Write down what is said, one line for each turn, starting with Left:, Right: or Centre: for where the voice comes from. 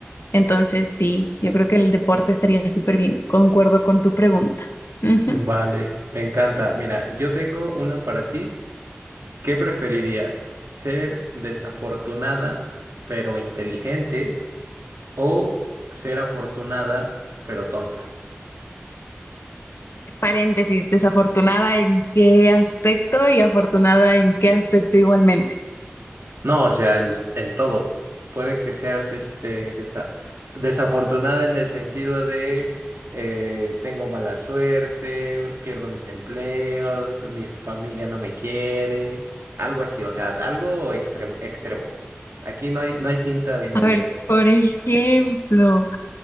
Left: entonces sí, yo creo que el deporte estaría súper bien, concuerdo con tu pregunta. Ujú.
Right: Vale, me encanta. Mira, yo tengo una para ti. ¿Qué preferirías? ¿Ser desafortunada pero inteligente o ser afortunada pero tonta?
Left: Paréntesis, desafortunada en qué aspecto y afortunada en qué aspecto igualmente.
Right: No, o sea, en, en todo. Puede que seas este desa- desafortunada en el sentido de eh, tengo mala suerte, pierdo mis empleos, mi familia no me quiere, algo así, o sea, algo extrem- extremo. Aquí no hay, no hay tintas medias.
Left: A ver, por ejemplo,